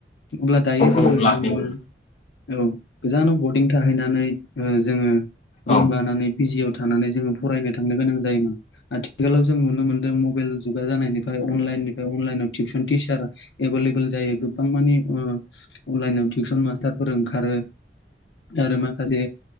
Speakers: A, on the left; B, on the left.
A: अब्ला दायो जोंङो
B: औ
A: नुनो
B: लाखिगोन
A: मोनो औ गोजानाव बर थाहैनानै जोंङो रुम
B: औ
A: लानानै पिजिवा थानानै जोंङो फरायनो थांनो गोनां आथिखालाव जों नुनो मोनदों मबाइल जुगा जानायनिफ्राय अनलाइन निफ्राय अनलाइनाव टिउसन टिचार एभेलेबल जायो गोबां मानि अनलाइनाव टिउसन मास्टारफोर ओंखारो आरो माखासे